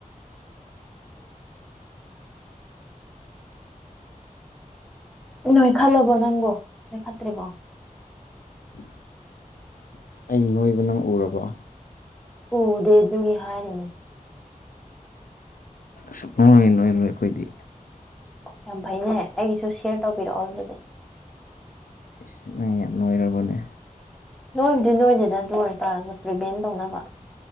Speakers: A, in the centre; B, on the left.
A: ꯅꯣꯏ ꯈꯜꯂꯕꯣ ꯅꯪꯕꯣ ꯅꯣꯏ ꯈꯠꯇ꯭ꯔꯤꯕꯣ
B: <inaudible> ꯑꯩ ꯅꯣꯏꯕ ꯅꯪ ꯎꯔꯕ
A: ꯎꯗꯦ ꯑꯗꯨꯒꯤ ꯍꯥꯏꯔꯤꯅꯦ
B: ꯁꯨꯡꯃꯣꯏꯔꯨ ꯑꯩꯈꯣꯏꯗꯤ
A: ꯌꯥꯝ ꯐꯩꯅꯦ ꯑꯩꯒꯤꯁꯨ ꯁꯤꯦꯌꯔ ꯇꯧꯕꯤꯔꯛꯑꯣ ꯑꯗꯨ ꯑꯗꯨꯗꯤ
B: ꯁꯤ ꯅꯪ ꯌꯥꯝ ꯂꯣꯏꯔꯕꯅꯦ
A: ꯅꯣꯏꯕꯨꯗꯤ ꯅꯣꯏꯗꯤꯗ ꯑꯗꯨ ꯑꯣꯏꯇꯥꯔꯁꯨ ꯄ꯭ꯔꯤꯚꯦꯟ ꯇꯧꯅꯕ